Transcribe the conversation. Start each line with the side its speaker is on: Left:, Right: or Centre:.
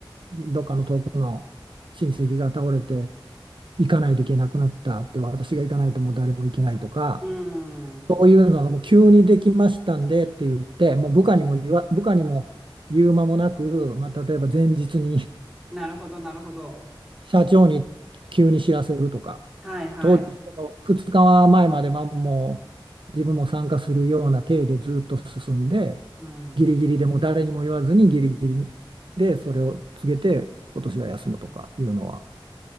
Right: どっかの遠くの親戚が倒れて行かないといけなくなったって、私が行かないともう誰も行けないとか、
Centre: うん。
Right: そういうのがもう急にできましたんでって言って、もう部下にも言わ、部下にも言う間もなく、まあ、例えば前日に <laughs>
Centre: なるほど、なるほど。
Right: 社長に急に知らせるとか、
Centre: はい、はい。
Right: 当その2日前まではもう自分も参加するような体でずっと進んで、
Centre: うん。
Right: ギリギリでも誰にも言わずにギリギリでそれを告げて、今年は休むとかいうのは